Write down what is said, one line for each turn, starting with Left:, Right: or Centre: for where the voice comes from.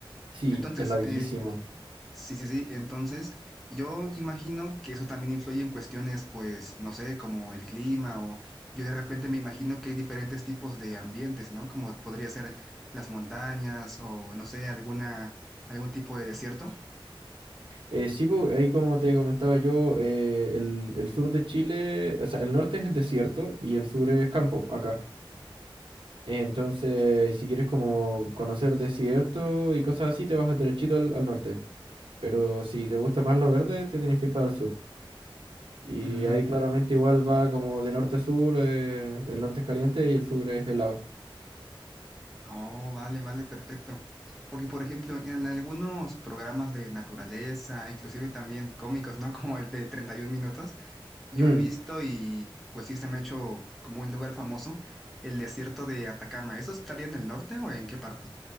Right: Sí,
Centre: Entonces,
Right: es larguísimo.
Centre: eh, Sí, sí, sí. Entonces, yo imagino que eso también influye en cuestiones, pues, no sé, como el clima o yo de repente me imagino que hay diferentes tipos de ambientes, ¿no? Como podría ser las montañas o, no sé, alguna, algún tipo de desierto.
Right: Eh, sí, pu, ahí como te comentaba yo, eh, el, el sur de Chile, o sea, el norte es desierto y el sur es campo, acá. Entonces, si quieres como conocer desierto y cosas así, te vas derechito al, al norte. Pero si te gusta más lo verde, te tienes que ir para el sur. Y
Centre: Mm,
Right: ahí claramente igual va como de norte a sur, eh, el norte es caliente y el sur es helado.
Centre: Oh, vale, vale, perfecto. Porque, por ejemplo, en algunos programas de naturaleza, inclusive también cómicos, ¿no? <laughs> Como el de 31 minutos, yo
Right: Mm,
Centre: he visto y pues sí se me ha hecho como un lugar famoso, el desierto de Atacama. ¿Eso estaría en el norte o en qué parte?